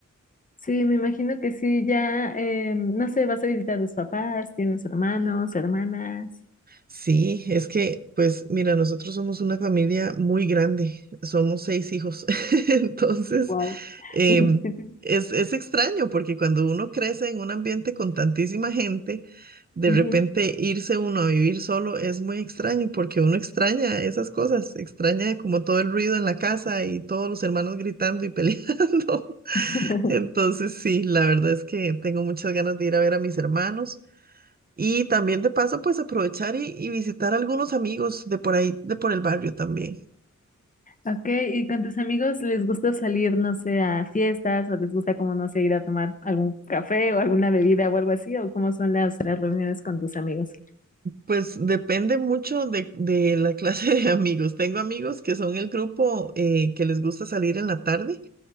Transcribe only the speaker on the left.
Sí, me imagino que sí, ya, eh, no sé, vas a visitar a tus papás, tienes hermanos, hermanas.
Wow.
<laughs> Sí, sí.
ujú.
<laughs>
Ok, ¿y con tus amigos les gusta salir, no sé, a fiestas o les gusta como, no sé, ir a tomar algún café o alguna bebida o algo así? ¿O cómo son las, las reuniones con tus amigos?